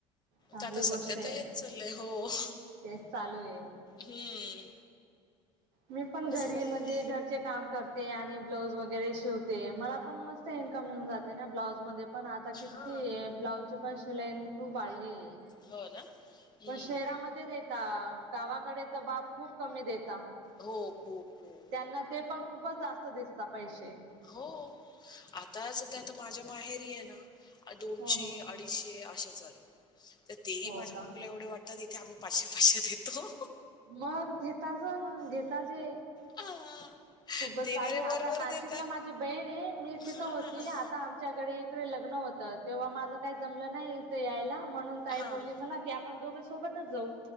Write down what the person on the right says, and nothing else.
चांगली
गोष्ट आहे
तेच चालू आहे
मी पण घरी
म्हणजे घरचे काम कर आणि ब्लाऊज वगैरे शिवते मला पण मस्त इनकम मिळून जाते ना ब्लाऊज मध्ये पण आता किती
ब्लाउजची पण सिलाईन खूप वाढलीय.
पण शहरामध्ये देता गावाकडे तर बाप खूप कमी देता. <unintelligible>
त्यांना ते पण खूपच जास्त दिसता पैसे.
हो हो.
हो
का
मग घेताज ना घेताजे
खूपच
चालू आहे आता
नाशिकला
माझी बहीण आहे मी तिथं
होती
आता आमच्याकडे लग्न होत तेव्हा माझ काय जमलं नाहीथ यायला म्हणून ताई
बोली मला आपण दोघ सोबतच जाऊ